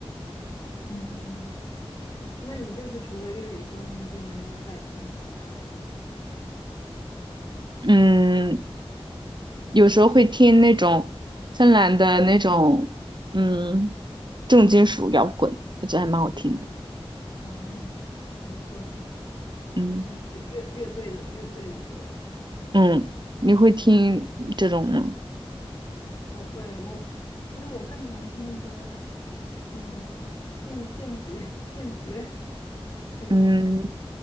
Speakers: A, on the left (about 45°); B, on the right (about 50°).
A: <laughs> 嗯。嗯那你就是除了粤语歌，你就没有再听其他
B: 嗯，有时候会听那种芬兰的那种嗯重金属摇滚，我觉得还蛮好听的。
A: 哦，摇滚，也就是乐乐队的乐队的歌。
B: 嗯嗯，你会听这种吗？
A: 我会，我其实我更喜欢听一些那个电电子 <laughs> 电子乐，可以这么说吗？
B: 嗯，